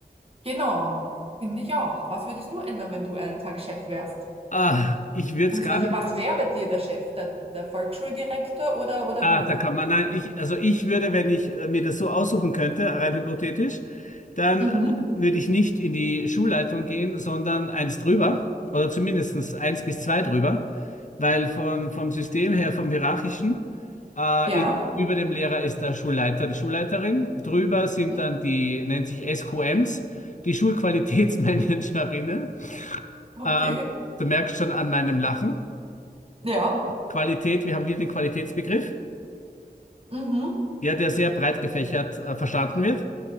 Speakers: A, on the right (about 35°); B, on the left (about 50°).
A: Genau, finde ich auch. Was würdest du ändern, wenn du einen Tag Chef wärst?
B: Ah, ich würde
A: Beziehungsweise,
B: es gar
A: was wäre bei dir der Chef? Der, der Volksschuldirektor oder, oder
B: Ah,
A: höher?
B: da kann man, nein, ich, also ich würde, wenn ich äh, mir das so aussuchen könnte, rein hypothetisch, dann
A: Mhm.
B: äh, würde ich nicht in die Schulleitung gehen, sondern eins drüber oder zumindestens eins bis zwei drüber, weil von, vom System her, vom Hierarchischen, äh,
A: Ja.
B: ist, über dem Lehrer ist der Schulleiter, die Schulleiterin, drüber sind
A: Hm?
B: dann die, nennt sich SQMs, die Schulqualitätsmanagerinnen. <laughs>
A: Okay.
B: Ähm, du merkst schon an meinem Lachen.
A: Ja.
B: Qualität, wir haben wieder den Qualitätsbegriff.
A: Mhm.
B: ja, der sehr breit gefächert äh, verstanden wird.